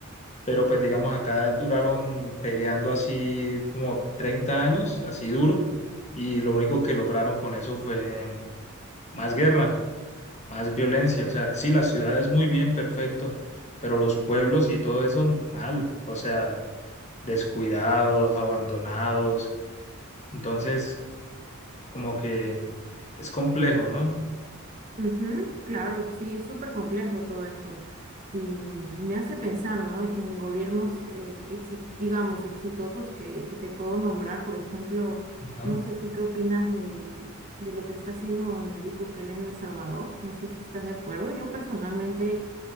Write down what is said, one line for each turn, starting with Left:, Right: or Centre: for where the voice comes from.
Left: pero pues digamos acá duraron peleando así como 30 años, así duro, y lo único que lograron con eso fue más guerra, más violencia, o sea, sí, las ciudades muy bien, perfecto, pero los pueblos y todo eso mal, o sea, descuidados, abandonados, entonces como que es complejo, ¿no?
Right: Ujú, claro, sí, es súper complejo todo eso. Y mm, me hace pensar, ¿no? En gobiernos, eh, exi- digamos, exitosos que, que te puedo nombrar. Por ejemplo,
Left: Ajá,
Right: no sé tú qué opinas del- de, lo que está haciendo Nayib Bukele en El Salvador. No sé si estás de acuerdo. Yo personalmente